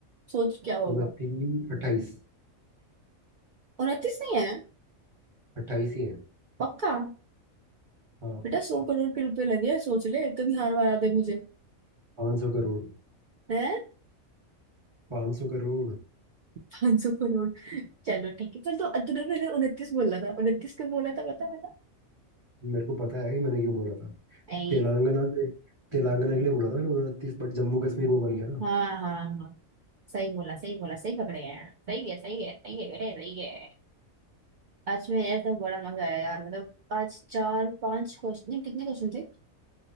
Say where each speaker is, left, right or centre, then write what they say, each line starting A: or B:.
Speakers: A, on the right; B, on the right.
A: सोच क्या होगा
B: उनतीस अट्ठाईस
A: उनतीस नहीं है
B: अट्ठाईस ही है
A: पक्का
B: हाँ
A: बेटा सौ करोड़ के रुपए लगे हैं, सोच ले कभी हार वारा दे मुझे
B: पाँच सौ करोड़
A: है
B: पाँच सौ करोड़
A: पाँच सौ करोड़ चलो ठीक है कल तो तूने उनतीस बोला था उनतीस क्यों बोला था बता बता
B: मेरे को पता है कि मैंने क्यों बोला था
A: ऐ,
B: तेलंगाना के तेलंगाना के लिए बोला था मैंने उनतीस बट जम्मू कश्मीर वो बन गया ना
A: हाँ हाँ हाँ सही बोला सही बोला सही पकड़े हैं सही है सही है सही है बेटे सही है आज में यार तो बड़ा मजा आया यार मतलब आज चार पांच क्वेश्चन नहीं कितने क्वेश्चन थे